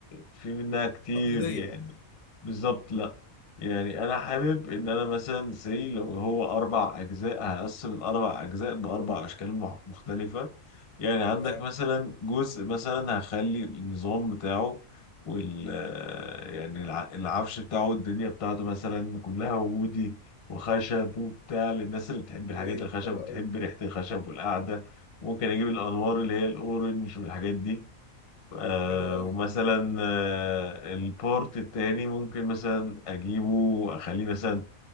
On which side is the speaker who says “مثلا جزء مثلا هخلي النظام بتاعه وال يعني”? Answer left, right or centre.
Left